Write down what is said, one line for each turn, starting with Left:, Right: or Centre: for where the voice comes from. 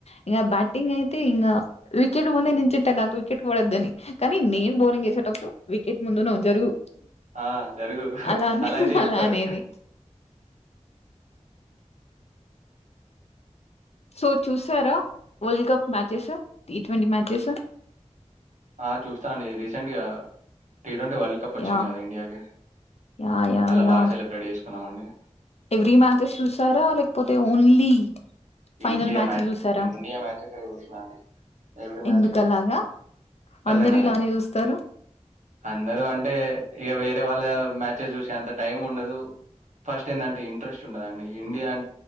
Left: ఇంగ బ్యాటింగ్ అయితే ఇంగా వికెట్ ముందే నించుంటా నాకు వికెట్ పడొద్దని. కానీ నేను బౌలింగ్ చేసేటప్పుడు వికెట్ ముందు నువు జరుగు
Right: ఆ జరుగు
Left: అలానే
Right: అలా అయితే చెప్తరు.
Left: అనేది సో చూసారా world cup matches T twenty matches
Right: ఆ చూస్తా అండి రీసెంట్గా T twenty world cup వచ్చింది
Left: yeah
Right: కదా ఇండియాకి.
Left: యా యా
Right: చాలా
Left: యా
Right: బాగా సెలబ్రేట్ చేసు కున్నామండి.
Left: ఎవ్రీ మ్యాచెస్ చూసారా? లేకపోతే ఓన్లీ ఫైనల్
Right: ఇండియా
Left: మ్యాచ్ చూసారా?
Right: ఇండియా మ్యాచెసే చూసినా అండి. ఎవ్రీ మ్యాచ్
Left: ఎందుకులాగా,
Right: కాదు. అర్థం
Left: అందరు
Right: కాలే
Left: ఇలానే
Right: అండి.
Left: చూస్తర్ హ
Right: అందరూ అంటే ఇగ వేరే వాళ్ళ మ్యాచెస్ చూసేంత టైం ఉండదు. ఫస్ట్ ఏంటంటే ఇంట్రెస్ట్ ఉండదండి ఇండియా అం